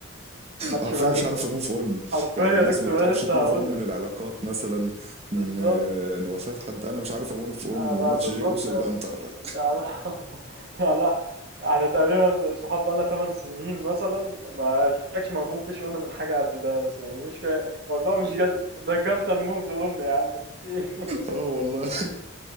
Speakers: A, on the right (about 55°); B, on the right (about 30°).
A: ما خدش
B: حرفيا
A: باله
B: مش عارف اموف اون
A: حرفيا
B: يعني الناس
A: اقسم
B: ما بتعرفش
A: بالله لسه
B: تموف
A: هقول
B: اون
A: لك
B: من العلاقات مثلا من
A: بالظبط
B: وفاة حد انا مش عارف اموف اون
A: انا
B: من ماتش
A: بالظبط
B: جي اوسو
A: يعني
B: وجانتر <laughs>
A: <laughs> يعني لا احنا تقريبا صحاب بقالنا 8 سنين مثلا ما شفتكش ما موفتش قلنا من حاجه قد ده بس يعني مش فاهم الموضوع مش جد ده الجنطه الموف ده قلنا يا عم <laughs> ايه
B: اه والله